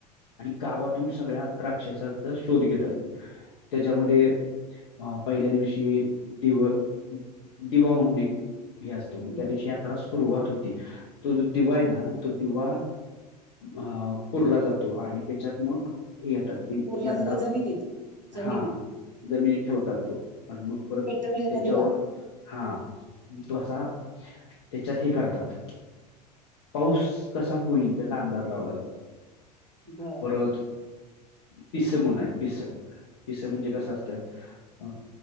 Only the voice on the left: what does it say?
आणि गावातून सगळ्या राक्षसांचा शोध घेत असते. त्याच्यामध्ये अ पहिल्या दिवशी दिव दिवा म्हणून एक भी असतो म्हण
त्या दिवशी यात्रा सुरुवात
होती तो जो दिवा आहे ना तो दिवा अ पुरला जातो आणि त्याच्यात मग हे येतात कि
यंदा
हा जमिनीत ठेवतात तो आणि मग परत
त्याच्यावरून
हा तो असा त्याच्यात हे करतात पाऊस कसा होईल त्याचा अंदाज लावला जातो
परत, पिसं म्हणून आहेत पिसं पिसं म्हणजे कसं असतं? अ